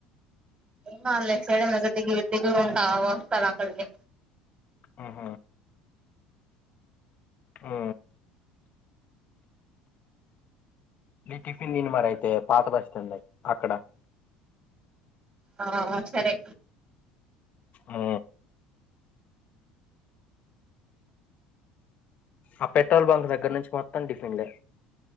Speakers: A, on the right; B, on the left.
A: వస్తాడ్లే ఇటు సైడ్ దిగి దిగి ఉంటా వస్తాడు అక్కడికే
B: అహ ఆ మీ టిఫిన్ దిని మరి అయితే పాత బస్ స్టాండ్ అక్కడ
A: ఆ సరే
B: ఆ ఆ పెట్రోల్ బంక్ దగ్గర నుంచి మొత్తం డిఫిన్లే